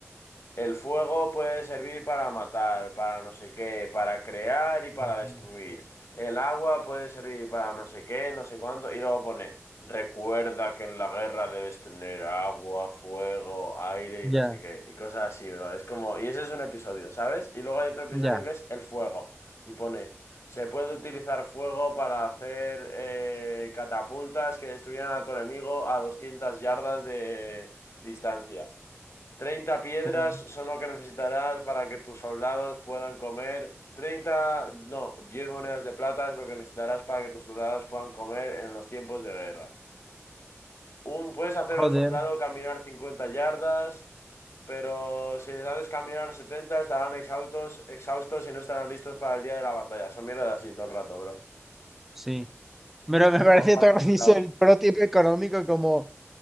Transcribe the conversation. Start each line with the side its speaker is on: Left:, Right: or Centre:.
Left: el fuego puede servir para matar, para no sé qué, para crear y para
Centre: Ujú.
Left: destruir. El agua puede servir para no sé qué, no sé cuánto. Y luego pone, recuerda que en la guerra debes tener agua, fuego, aire
Centre: Ya,
Left: y no sé qué. Y cosas así, bro. Es como, y ese es un episodio, ¿sabes? Y luego hay otro episodio
Centre: ya.
Left: que es el fuego. Y pone, se puede utilizar fuego para hacer eh, catapultas que destruyan a tu enemigo a 200 yardas de distancia. Treinta piedras
Centre: jo-
Left: son lo que necesitarás para que tus soldados puedan comer. Treinta, no, diez monedas de plata es lo que necesitarás para que tus soldados puedan comer en los tiempos de guerra. Un, puedes hacer
Centre: Joder,
Left: a un soldado caminar 50 yardas, pero si les haces caminar 70 estarán exhaustos, exhaustos y no estarán listos para el día de la batalla. Son mierdas así todo el rato, bro.
Centre: sí. Pero
Left: Y son
Centre: me <laughs>
Left: como
Centre: parece
Left: factos
Centre: tan gracioso
Left: soldados.
Centre: el pro tip económico como